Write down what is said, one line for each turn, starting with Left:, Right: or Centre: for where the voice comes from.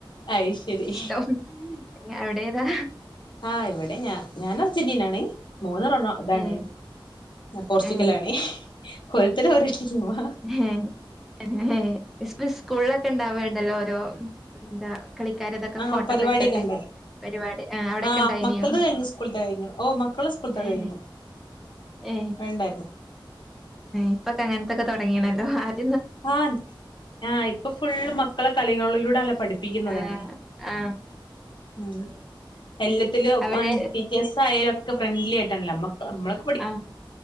Left: അയ്ശരി
Centre: ഇഷ്ടം അവിടേതാ
Left: ആ ഇവിടെ ഞാൻ ഞാന് അർജന്റീനാണേ മോള് റൊണാ അതാണ്
Centre: ഏ
Left: ഞാ പോർച്ചുക്കലാണേ
Centre: ഏ
Left: ഓരോരുത്തർ ഓരോ ടീമാ
Centre: ഹേ ഏ ഹേ ഹേ ഇപ്പോ സ്കൂളൊക്കെ ഉണ്ടാവണ്ടല്ലോ ഓരോ എന്താ കളിക്കാരതൊക്കെ
Left: ആഹ്
Centre: ഫോട്ടോക്കെ
Left: പരിപാടിയൊക്കെ
Centre: വെച്ചിട്ട്
Left: ഉണ്ട്
Centre: പരിപാടി ആ അവിടൊക്കെ
Left: ആഹ്
Centre: ഉണ്ടായിനിയോ
Left: മക്കളത് കഴിഞ്ഞു സ്കൂളത്തെ കഴിഞ്ഞു ഓ മക്കളെ സ്കൂളത്തെ
Centre: ഏ
Left: കഴിഞ്ഞു
Centre: ഏ
Left: വേണ്ടായിരുന്നു
Centre: ഇപ്പൊക്കെ അങ്ങനത്തൊക്കെ തുടങ്ങിയണല്ലോ ആര്
Left: ആ ഇണ്ട് ആ ഇപ്പൊ ഫുള്ള് മക്കളെ കളികളിലൂടെയല്ലേ പഠിപ്പിക്കുന്നത്
Centre: ആ
Left: തന്നെ
Centre: ആ
Left: ഉം എല്ലത്തിലും
Centre: ഉം. അവര്
Left: വൺ ടിക്ക് എസ് ആയോലൊക്കെ ഫ്രണ്ട്ലി ആയിട്ടാണല്ലോ നമ്മക്ക് നമ്മളൊ
Centre: ആ